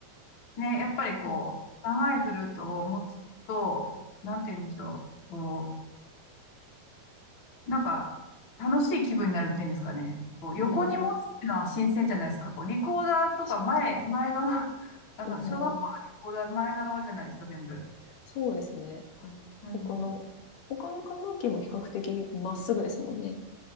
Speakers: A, on the left (about 35°); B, on the left (about 80°).
A: ね、やっぱりこう、
B: うん、
A: 長いフルートを持つと、なんて言うんでしょう、こう、なんか、楽しい気分になるっていうんですかね。こう、横に持つっていうのは新鮮じゃないですか。
B: うんうん、
A: こう、リコーダーとか前、
B: 確か
A: 前側、<laughs> あの、
B: に。うんうん、
A: 小学校のリコーダー前側じゃないですか、全部。
B: そうですね、はい。
A: うん。
B: 他の他の管楽器も比較的まっすぐですもんね。